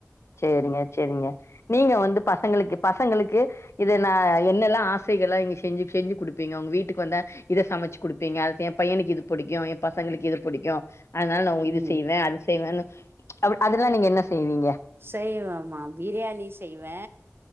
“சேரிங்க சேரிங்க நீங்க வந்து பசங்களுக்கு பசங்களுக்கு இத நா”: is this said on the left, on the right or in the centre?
Left